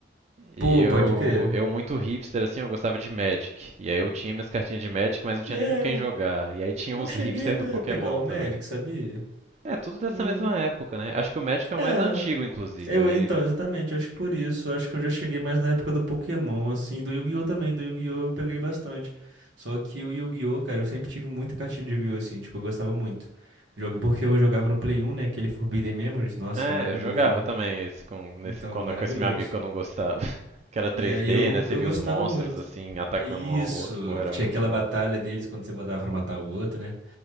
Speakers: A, on the right; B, on the right.
A: E
B: Pô,
A: eu,
B: pode crer.
A: eu muito hipster assim, eu gostava de Magic. E aí eu tinha minhas cartinhas de Magic, mas não tinha
B: É,
A: nem com quem
B: eu
A: jogar. E aí tinha
B: não
A: uns
B: cheguei
A: hipster do Pokémon
B: a pegar o Magic,
A: também.
B: sabia?
A: É, tudo dessa
B: Não,
A: mesma
B: não...
A: época, né? Acho que o Magic é o
B: É.
A: mais antigo, inclusive.
B: Eu,
A: Aí,
B: então, exatamente, acho que por isso, acho que eu já cheguei mais na época do Pokémon, assim, do Yu-Gi-Oh! também, do Yu-Gi-Oh! eu peguei bastante. Só que o Yu-Gi-Oh! cara, eu sempre tive muita cartinha de Yu-Gi-Oh! assim, tipo, eu gostava muito. Jogo porque eu jogava no Play 1, né, aquele Forbidden Memories, nossa,
A: é,
B: maravilhoso
A: eu jogava
B: o jogo.
A: também esse com, nesse,
B: Então,
A: quando,
B: maravilhoso.
A: com esse meu amigo que eu não gostava. <laughs> Que era 3D,
B: E aí eu,
A: né? Você
B: eu
A: via
B: gostava
A: os monstros
B: muito.
A: assim, atacando
B: Isso,
A: um ao outro. Porra, era
B: tinha
A: muito
B: aquela
A: bom.
B: batalha deles quando você botava pra matar o outro, né?